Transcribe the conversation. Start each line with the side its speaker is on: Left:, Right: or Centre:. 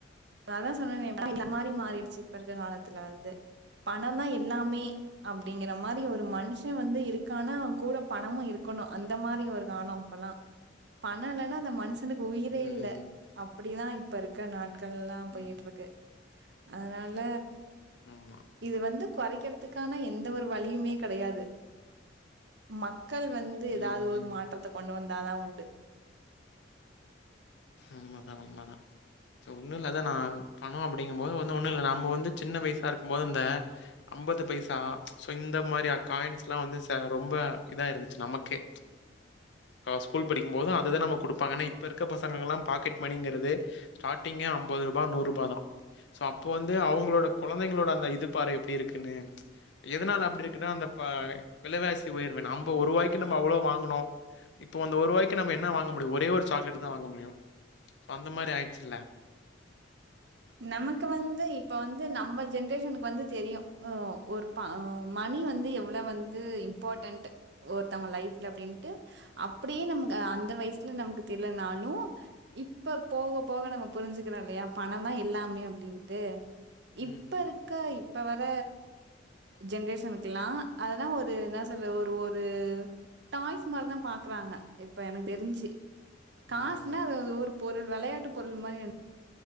Right: அதா சொன்னே மாதிரி மாறிடுச்சு இப்ப இருக்க காலத்துல வந்து பணம் தான் எல்லாமே அப்படிங்கற மாதிரி ஒரு மனுஷன் வந்து இருக்கு க்கான கூட பணமும் இருக்கணோ அந்த மாரி ஒரு காலம் இப்பல்லா பணம் இல்ன்னா அந்த மனுஷன் க்கு உயிரே
Left: ம்.
Right: இல்ல அப்பிடிதா இப்ப இருக்க நாட் கள்லா போயிட்டு
Left: ம்.
Right: இருக்கு அதனால
Left: ஆமா.
Right: இது வந்து கொறைக்கிறதுக்கான எந்த ஒரு வழியுமே கெடையாது மக்கள் வந்து
Left: ம்.
Right: ஏதாவது ஒரு
Left: ம்.
Right: மாற்றத்த கொண்டு வந்தாதா உண்டு
Left: உண்மதா உண்மதா ஒன்னோ இல்லதா நா பணோ அப்டிங்கும்போது வந்து ஒண்ணோ இல்ல நம்ம வந்து சின்ன வயசா இருக்கும் போது அந்த அம்பது பைசா இந்த மாரியா காயின்ஸ் எல்லா வந்து ச ரொம்ப இதா இருந்துச்சு நமக்கே ஸ்கூல் படிக்கும் போது அதுதா நமக்கு குடுப்பாங்க ஏன்னா இப்ப இருக்குற பசங்கங்கள்ல்லா பாக்கெட் மணிங்கிறது ஸ்டார்டிங்கே அம்பதுருபா நூறுபாதா சோ அப்போ வந்து அவுங்களோட கொழந்தைங்களோட அந்த இது பாரே எப்டி இருக்குன்னு எதனால அப்டி இருக்குனா அந்த ப வெலைவாசி ஒயர்வு நம்ப ஒருவாய்கு நம்ப அவ்ளோ வாங்கணோ இப்ப அந்த ஒருரூபாய்க்கு என்ன நாம வாங்க முடியோ ஒரே ஒரு சாக்லேட்டு தா வாங்கமுடியோ சோ அந்த மாரி ஆயிடுச்சுல
Right: நமக்கு வந்து இப்ப வந்து நம்ம ஜென்ரேஷனுக்கு வந்து தெரியோ உ ஒரு பா உ ம ணி வந்து எவ்ளவு வந்து இம்பார்ட் ஒருத்தவங்க லைஃப்ல அப்டீண்டு அப்டியே நம்ப ஆ அந்த வயசுல நமக்கு தெரினாலோ இப்ப போக போக நம்ம புரிஞ்சுக்கிறோ இல்லா பணம் தா எல்லாமே அப்படின்ட்டு
Left: ம்,
Right: இப்ப
Left: ம்.
Right: இருக்க இப்ப வர ஜென்ரேஷனுக்குலா அதுதா ஒரு என்ன சொல்ற ஒரு ஒரு டாய்ஸ் மாரிதா பாக்குறாங்க இப்ப எனக்கு தெரிஞ்சு காசுன்னா
Left: ஆமாமா.
Right: அது வந்து ஒரு பொருள் வெளையாட்டு பொருள் மாரி நென